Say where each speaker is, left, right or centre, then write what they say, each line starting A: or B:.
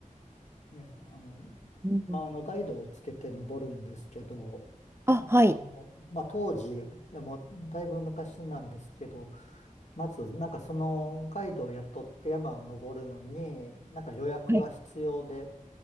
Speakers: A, on the left; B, on the right.
A: ね、あの、
B: うん、
A: まあの、ガイドをつけて登るんですけど、
B: あ、
A: まあ、
B: はい。
A: あの、まあ、当時、いやもう、だいぶ昔なんですけど、まず、なんかそのガイドを雇って山を登るのに、なんか予約が必要で、
B: はい。